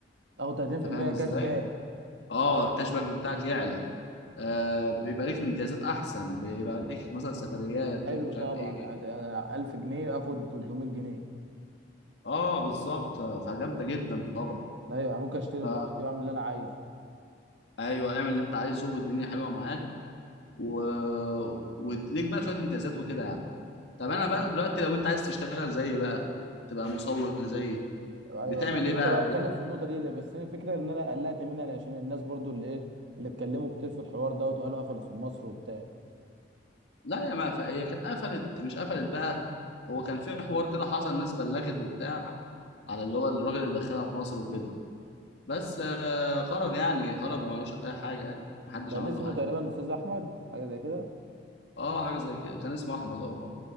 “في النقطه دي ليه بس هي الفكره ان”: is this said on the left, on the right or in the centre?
Right